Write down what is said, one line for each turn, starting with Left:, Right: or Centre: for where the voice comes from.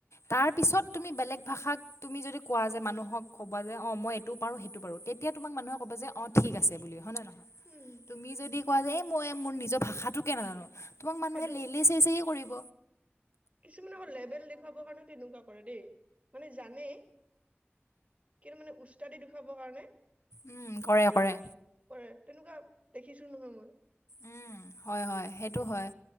Left: তাৰ পিছত তুমি বেলেগ ভাষাক। তুমি যদি কোৱা যে মানুহক। ক'ব যে অ মই এইটোৰো সেইটো পাৰো তেতিয়া তোমাক মানুে ক'ব যে অ ঠিক আছে বুলি হয় নহ নয়।
Right: উম
Left: তুমি যদি কোৱা যোয় মই মোৰ নিজক। ভাষাটো কেনে নাজানো। তোমাক মানুহে
Right: সেইটো
Left: লেইলেই চেই চেই কৰিব
Right: কিছুমান আকৌ লেভেল দেখুৱাবৰ কাৰণে তেনেকুৱা কৰে দেই। মানে জানে কিন্তু মানে উস্তাদি দুখাবৰ কাৰণে
Left: উম কৰে কৰে।
Right: কৰে, তেনেকুৱা দেখিছো নহয় মই।
Left: উম হয় হয় সেইটো হয়।